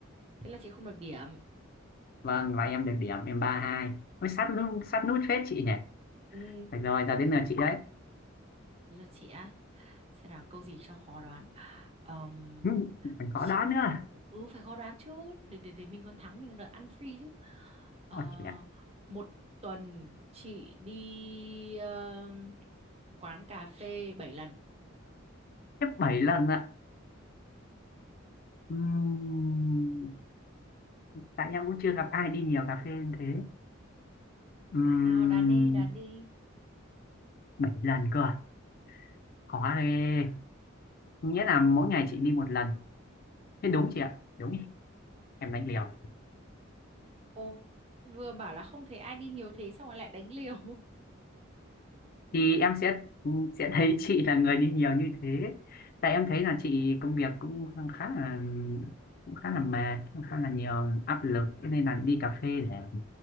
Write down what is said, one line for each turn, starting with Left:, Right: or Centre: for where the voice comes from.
Right: thế là chị không được điểm
Left: vâng và em được điểm em ba hai mới sát nút sát nút phết chị nhỉ
Right: ừ,
Left: được rồi giờ đến lượt chị đấy
Right: thế là chị á xem nào câu gì cho khó đoán Ờm,
Left: ừ, còn
Right: chị...
Left: có đó nữa
Right: ừ phải khó đoán chứ để để để mình còn thắng mình còn được ăn free chứ Ờ,
Left: Ôi chị ạ,
Right: một tuần chị đi ờm, quán cà phê 7 lần
Left: tiếp 7 lần ạ Ừm, tại em cũng chưa gặp ai đi nhiều cà phê như thế Ừm,
Right: Nào đoán đi, đoán đi.
Left: 7 lần cơ à? khó ghê nghĩa là mỗi ngày chị đi một lần thế đúng chị ạ đúng đi em đánh liều
Right: Ô, vừa bảo là không thấy ai đi nhiều thế xong rồi lại đánh liều.
Left: thì em sẽ ừ, sẽ thấy chị là người đi nhiều như thế tại em thấy là chị công việc cũng khá là cũng khá là mệt cũng khá là nhiều áp lực thế nên là đi cà phê để